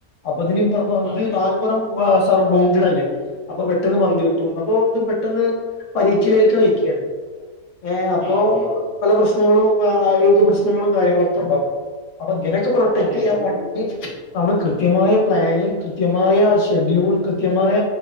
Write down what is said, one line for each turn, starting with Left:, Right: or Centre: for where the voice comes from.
Left: അപ്പത്തിന് അ
Right: അതെ
Left: അത് ബർസറാ- അപ്പൊ പെട്ടെന്ന് പന്ത്‌ കിട്ടും അപ്പൊ ഇത് പെട്ടെന്ന് പരിക്കിലേക്ക് നയിക്കുകയാണ് അപ്പോ-
Right: ആ അതെ
Left: പ്രശ്നങ്ങളും അ ആരോഗ്യ പ്രശ്നങ്ങളും കാരങ്ങളൊക്കെ ഉണ്ടാവും അ അ ഇതിനൊക്ക പ്രൊട്ടക്ട്
Right: അതെ
Left: ചെയ്യാൻ വേണ്ടീട്ട് നമ്മള് കൃത്യമായ പ്ലാനിങ് കൃത്യമായ ഷെഡ്യൂൾ കൃത്യമായ